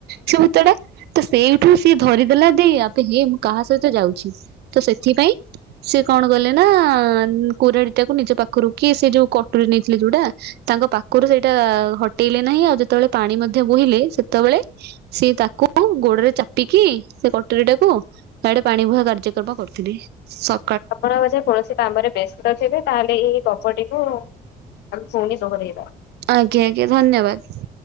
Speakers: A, on the right; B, on the left.
A: ସେ ଭୁତଟା ତ ସେଇଠୁ ସିଏ ଧରିଦେଲା ଯେ ଆବେ ହେ ମୁଁ କାହା ସହିତ ଯାଉଛି। ତ ସେଥିପାଇଁ ସେ କଣ କଲେ ନା କୁରଢିଟାକୁ ନିଜ ପାଖରୁ କି ସେ ଯୋଉ କଟୁରି ନେଇଥିଲେ ଯୋଉଟା ତାଙ୍କ ପାଖରୁ ସେଇଟା ହଟେଇଲେ ନାହିଁ ଆଉ ଯେତେବେଳେ ପାଣି ମଧ୍ୟ ବୋହିଲେ ସେତେବେଳେ ସିଏ ତାକୁ ଗୋଡରେ ଚାପିକି ସେ କଟରୀଟାକୁ ସେଆଡେ ପାଣି ବୁହା କାର୍ଯ୍ୟକ୍ରମ କରିଥିଲି ସ
B: ଆପଣଙ୍କ ଗଛ କୌଣସି କାମରେ ବ୍ୟସ୍ତ ଥିବେ ତାହେଲେ ଏଇ ଗପଟିକୁୁ ଆମେ ପୁଣି ଦୋହରେଇବା।
A: ଆଜ୍ଞା ଆଜ୍ଞା ଧନ୍ୟବାଦ।